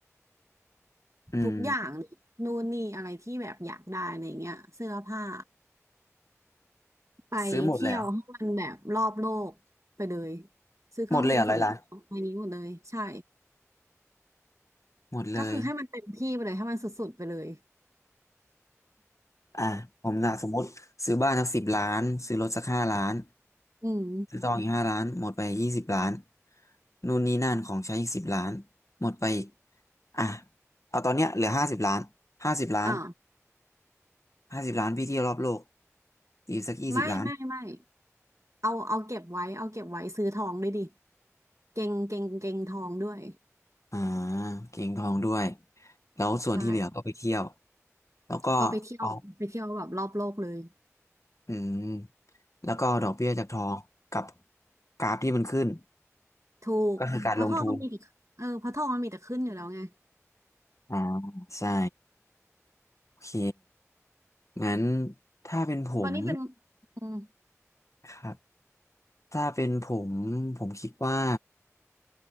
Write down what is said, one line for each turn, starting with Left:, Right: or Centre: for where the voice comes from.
Left: อืม
Right: ทุกอย่างเลยนู่นนี่อะไรที่แบบอยากได้อะไรเงี้ยเสื้อผ้าไปเที่ยวให้มันแบบรอบโลกไปเลย
Left: ซื้อหมดเลยเหรอ
Right: ซื้อเครื่องบินส่วนตัวไปนี้หมดเลยใช่
Left: หมดเลยเหรอร้อยล้านหมดเลย
Right: ก็คือให้มันเต็มที่ไปเลยให้มันสุดๆไปเลย
Left: อ่าผมนะสมมติซื้อบ้านสักสิบล้านซื้อรถสักห้าล้าน
Right: <laughs> อืม
Left: ซื้อทองอีกห้าล้านหมดไปยี่สิบล้านนู่นนี่นั่นของใช้อีกสิบล้านหมดไปอีกอ่ะเอาตอนเนี้ยเหลือห้าสิบล้านห้าสิบล้าน
Right: อ่า
Left: ห้าสิบล้านพี่เที่ยวรอบโลกอีสักยี่สิบล้าน
Right: ไม่ไม่ไม่เอาเอาเก็บไว้เอาเก็บไว้ซื้อทองด้วยดิเก่งเก่งเก่งทองด้วย
Left: อ่าเก็งทองด้วยแล้วส่วนที่เหลือก็ไปเที่ยว
Right: ใช่
Left: แล้วก็เอา
Right: ก็ไปเที่ยวไปเที่ยวแบบรอบโลกเลย
Left: อืมแล้วก็เอาดอกเบี้ยจากทองกับกราฟที่มันขึ้น
Right: ถูกเพราะทองมันมีแต่เออเพราะทองมันมีแต่ขึ้นอยู่แล้วไง
Left: ก็คือการลงทุนอ่าใช่ โอเคงั้นถ้าเป็นผม
Right: เพราะนี่เป็นอืม
Left: ครับถ้าเป็นผมผมคิดว่า